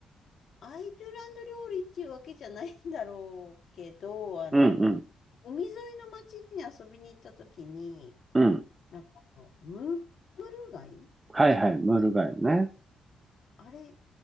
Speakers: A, on the left (about 55°); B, on the right (about 20°).
A: アイルランド料理っていうわけじゃないんだろうけど、あの、
B: うんうん。
A: 海沿いの町に遊びに行った時に、
B: うん。
A: なんかあの、ムール貝
B: はいはい。ムール貝ね。
A: あれ、